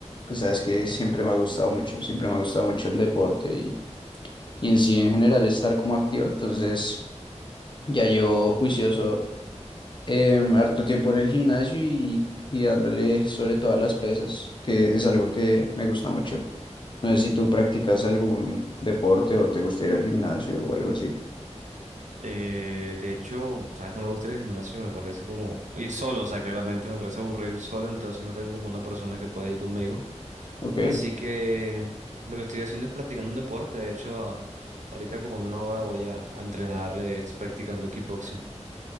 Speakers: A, on the left; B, on the right.
A: Pues sabes que siempre me ha gustado mucho, siempre me ha gustado mucho el deporte y, y en sí en general estar como activo. Entonces ya llevo juicioso em, harto tiempo en el gimnasio y, y dándole sobre todas las pesas, que es algo que me gusta mucho. No sé si tú practicas algún deporte o te gusta ir al gimnasio o algo así.
B: Eh, de hecho, sabes, no me gusta ir al gimnasio, me parece como ir solo, o sea, claramente me parece aburrido ir solo, entonces no tengo como una persona que pueda ir conmigo.
A: Ok,
B: Así que lo que estoy haciendo es practicando un deporte, de hecho, a- ahorita como en una hora voy a, a entrenar, eh, estoy practicando kickboxing.